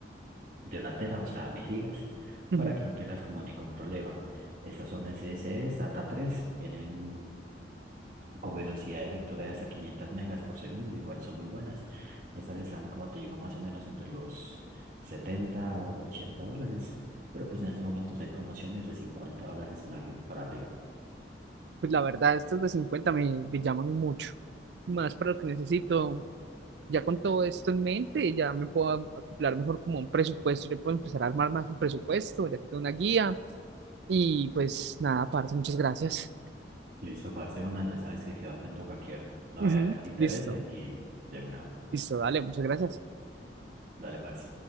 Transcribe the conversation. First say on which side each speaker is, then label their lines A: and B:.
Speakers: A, on the right; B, on the right.
A: de una tera, o sea, mil gigas,
B: ujú.
A: para que no tengas como ningún problema. Estas son SSD, SATA 3, vienen con velocidad de lectura de hasta 500 megas por segundo, igual son muy buenas. Estas están, como te digo, más o menos entre los 70 80 dólares, pero pues en estos momentos hay promociones de 50 dólares en arri- para arriba.
B: Pues la verdad, estas de 50 me, me llaman mucho. Más para lo que necesito. Ya con todo esto en mente, ya me puedo a- acoplar mejor como a un presupuesto. Yo puedo empezar a armar más un presupuesto, ya que tengo una guía. Y pues nada, parce, muchas gracias.
A: Listo, parce, bueno, ya sabes que quedo atento a cualquier novedad
B: Ujú,
A: que te interese
B: Listo,
A: y de una,
B: listo, dale, muchas gracias.
A: dale, parce.